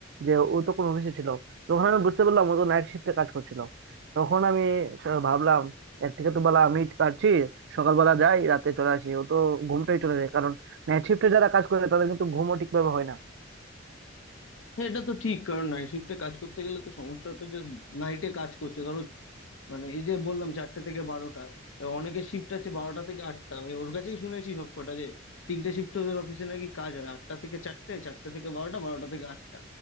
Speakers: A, on the right (about 60°); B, on the left (about 70°).
A: যে ও তখন অফিসে ছিল তখন আমি বুঝতে পারলাম ও তো নাইট শিফটে কাজ করছিল তখন আমি স- ভাবলাম এর থেকে তো বলা আমি কাটছি সকালবেলা যাই রাতে চলে আসি ও তো ঘুমটাই চলে যায় নাইট শিফটে যারা কাজ করে তাদের কিন্তু ঘুমও ঠিকভাবে হয় না
B: হ্যাঁ এটা তো ঠিক কারণ নাইট শিফটে কাজ করতে গেলে তো সমস্যাটা যে নাইটে কাজ করছে ধরো মানে এই যে বললাম চারটে থেকে বারোটা তা অনেকের শিফট আছে বারোটা থেকে আটটা আমি ওর কাছেই শুনেছি সব কটা যে তিনটে শিফট ওদের অফিসে নাকি কাজ হয় আটটা থেকে চারটে চারটে থেকে বারোটা বারোটা থেকে আটটা